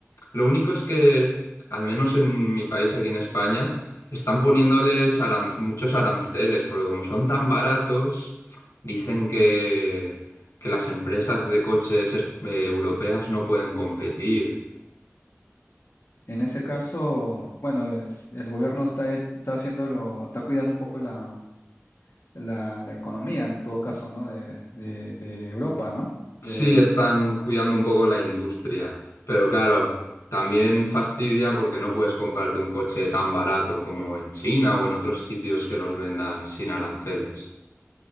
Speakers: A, on the left; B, on the left.
A: Lo único es que, al menos en mi país, aquí en España, están poniéndoles aran- muchos aranceles, porque como son tan baratos, dicen que, que las empresas de coches es- eh, europeas no pueden competir.
B: En ese caso, bueno, es- el gobierno está, he- está haciéndolo, está cuidando un poco la, la, la economía en todo caso, ¿no? De, de, de Europa, ¿no? De,
A: Sí, están cuidando un poco la industria, pero claro, también fastidia porque no puedes comprarte un coche tan barato como en China o en otros sitios que los vendan sin aranceles.